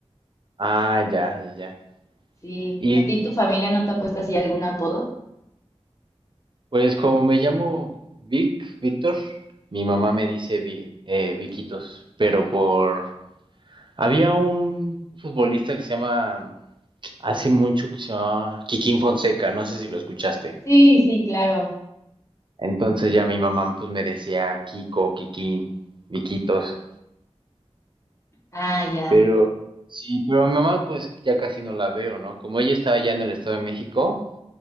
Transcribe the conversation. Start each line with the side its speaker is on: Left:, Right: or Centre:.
Right: Ah, ya, ya, ya.
Left: Sí,
Right: Y
Left: ¿a ti tu familia no te ha puesto así algún apodo?
Right: pues como me llamo Vic, Víctor, mi mamá
Left: Ajá.
Right: me dice Vi, eh, Viquitos, pero por... Había un futbolista que se llama, hace mucho que se llamaba Kikín Fonseca, no sé si lo escuchaste.
Left: Sí, sí, claro.
Right: Entonces ya mi mamá pues me decía Kiko, Kikín, Viquitos.
Left: Ah, ya.
Right: Pero sí, pero a mi mamá pues ya casi no la veo, ¿no? Como ella está allá en el Estado de México